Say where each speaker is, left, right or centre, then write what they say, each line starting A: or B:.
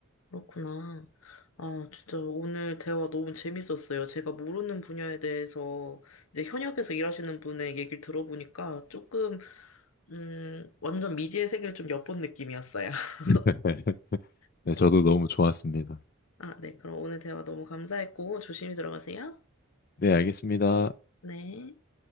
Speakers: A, on the left (about 85°); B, on the left (about 45°).
A: 그렇구나. 아, 진짜 오늘 대화 너무 재밌었어요. 제가 모르는 분야에 대해서 이제 현역에서 일하시는 분의 얘기를 들어보니까 조금, 음, 완전 미지의 세계를 좀 엿본 느낌이었어요. <laughs>
B: <laughs>
A: 네.
B: 네, 저도 너무 좋았습니다.
A: 아, 네. 그럼 오늘 대화 너무 감사했고, 조심히 들어가세요.
B: 네, 알겠습니다.
A: 네.